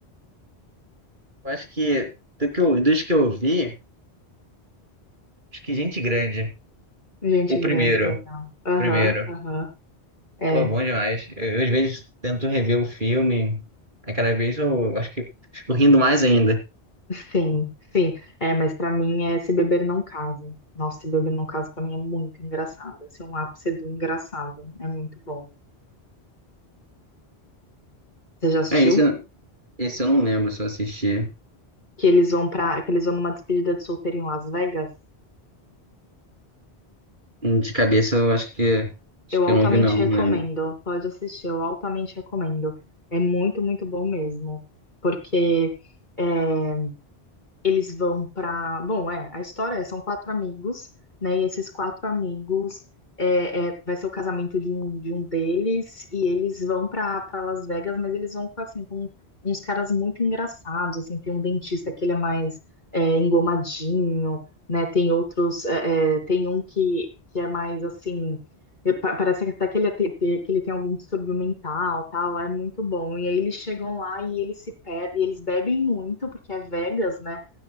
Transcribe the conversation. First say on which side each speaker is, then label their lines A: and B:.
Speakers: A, on the right; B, on the left.
A: Eu acho que do que eu, dos que eu vi, acho que Gente Grande,
B: Gente
A: o primeiro,
B: grande, legal.
A: o
B: Aham,
A: primeiro.
B: aham. É,
A: Pô, é bom demais. Eu, às vezes, tento rever o filme. Aí, cada vez, eu acho que fico rindo mais ainda.
B: sim, sim. É, mas pra mim é Se Beber Não Case. Nossa, Se Beber Não Case pra mim é muito engraçado. Assim, é um ápice do engraçado. É muito bom. Você já assistiu?
A: É, isso, esse eu não lembro se eu assisti.
B: Que eles vão pra, que eles vão numa despedida de solteiro em Las Vegas?
A: Hum, De cabeça, eu acho que,
B: Eu
A: acho que
B: altamente
A: eu não vi, não.
B: recomendo.
A: Não lembro.
B: Pode assistir, eu altamente recomendo. É muito, muito bom mesmo. Porque eh, eles vão para. Bom, é, a história é, são quatro amigos, né? E esses quatro amigos é, é, vai ser o casamento de um, de um deles, e eles vão para para Las Vegas, mas eles vão com, assim, com uns caras muito engraçados, assim, tem um dentista que ele é mais é, engomadinho, né? Tem outros, é, é, tem um que, que é mais assim. é, pa- Parece que até que ele, é te- te- que ele tem algum distúrbio mental, tal, é muito bom. E aí eles chegam lá e eles se perdem, e eles bebem muito, porque é Vegas, né?